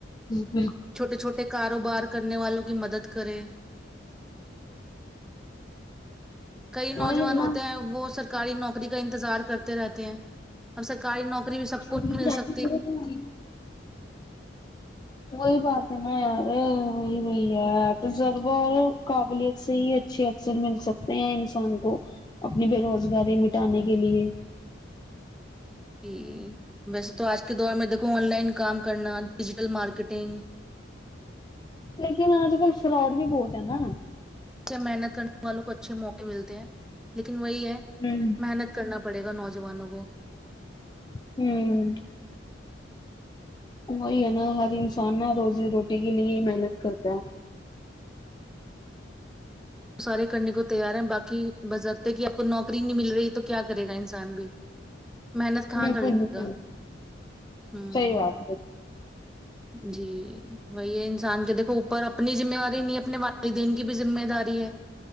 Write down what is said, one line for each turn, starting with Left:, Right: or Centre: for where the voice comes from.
Left: جی
Centre: چھوٹے چھوٹے کاروبار کرنے والوں کی مدد کرے کئی
Left: وہی
Centre: نوجوان
Left: ہے نا
Centre: ہوتے ہیں وہ سر سرکاری نوکری کا انتظار کرتے رہتے ہیں اب سرکاری نوکری بھی
Left: <unintelligible>
Centre: سب کو نہیں مل سکتی
Left: وہی بات نا یار وہی وہی ہے تجربہ اور قابلیت سے ہی اچھے اثر مل سکتے ہیں انسان کو اپنی بے روزگاری مٹانے کے لیے
Centre: ج ویسے تو آج کے دور میں دیکھو آن لائن کام کرنا ڈیجیٹل مارکیٹنگ
Left: لیکن آج کل فراڈ بھی بہت ہے نا
Centre: اچھے محنت کرنے والوں کو اچھے موقع ملتے ہیں لیکن وہی ہے
Left: ہوں
Centre: محنت کرنا پڑے گا نوجوانوں کو
Left: ہوں وہی ہے نا ہر انسان نا روزی روٹی کے لیے ہی محنت کرتا ہے
Centre: سارے کرنے کو تیار ہیں باکی بزرتے کہ آپ کو نوکری نہیں مل رہی تو کیا کرے گا انسان بھی محنت کہاں
Left: بالکل
Centre: کر لے
Left: بالکل
Centre: گا ہوں
Left: صحیح بات
Centre: جی وہی ہے انسان کے دیکھو اوپر اپنی ذمہ داری نہیں ہے اپنے والدین کی بھی ذمہ داری ہے